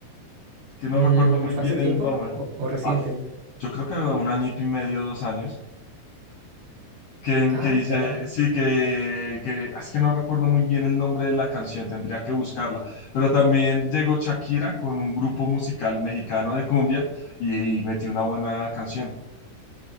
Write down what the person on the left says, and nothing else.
que no
recuerdo muy
bien
el nombre.
Ah, yo creo que un añito y medio, dos años. Que,
que dice,
sí, que, que es que no recuerdo muy bien el nombre de la canción, tendría que buscarla, pero también llegó Shakira con un grupo musical mexicano de cumbia y, y metió una buena canción.